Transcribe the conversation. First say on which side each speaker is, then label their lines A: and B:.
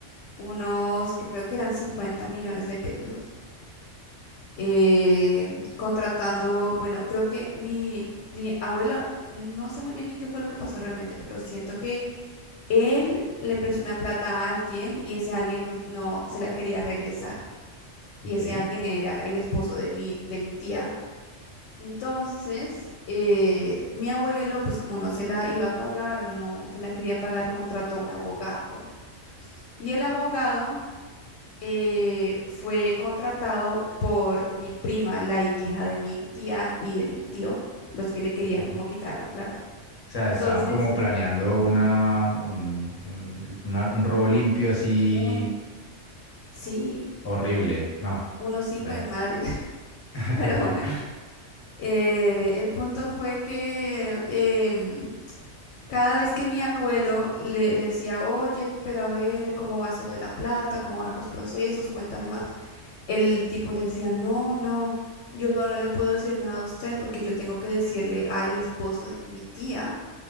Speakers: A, on the left; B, on the left.
A: unos, creo que eran 50 millones de pesos, eh, contratando, bueno, creo que mi, mi abuelo, no sé muy bien qué fue lo que pasó realmente, pero siento que él le prestó una plata a alguien y ese alguien no, no se la quería regresar.
B: ok.
A: Y ese alguien era el esposo de mi, de mi tía. Entonces, eh, mi abuelo, pues como no se la iba a pagar o no se la quería pagar, contrató a un abogado. Y el abogado eh, fue contratado por mi prima, la hija de mi tía y de mi tío, los que le querían
B: ok.
A: como quitar la plata.
B: O sea,
A: Entonces,
B: estaban como planeando una, un, un, una- un robo limpio así
A: un, sí,
B: horrible, no,
A: unos hijos
B: la gente.
A: de madre, <laughs>
B: <laughs>
A: pero bueno, eh, el punto fue que em, Cada vez que mi abuelo le, le decía, oye, pero a ver, ¿cómo va eso de la plata? ¿Cómo van los procesos? Cuéntame más. El tipo le decía, no, no, yo no le puedo decir nada a usted porque yo tengo que decirle a el esposo de mi tía